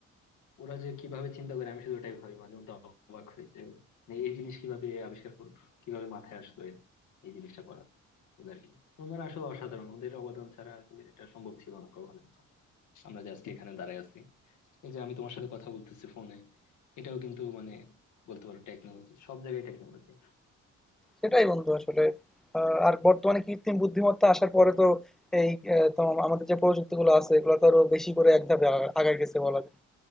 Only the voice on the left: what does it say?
ওরা যে কিভাবে চিন্তা করে আমি শুধু ওটাই ভাবি মাঝে মধ্যে অবাক হই যে মানে এই জিনিস কিভাবে আবিষ্কার করলো কিভাবে মাথায় আসলো এর- এই জিনিসটা করা ওদের কি ওনারা আসলে অসাধারণ ওদের অবদান ছাড়া আসলে এটা সম্ভব ছিল না কখনোই আমরা যে আজকে এখানে দাঁড়ায় আছি এই যে আমি তোমার সাথে কথা বলতেছি ফোনে এটাও কিন্তু মানে বলতে পারো টেকনোলজি সব জায়গায় টেকনোলজি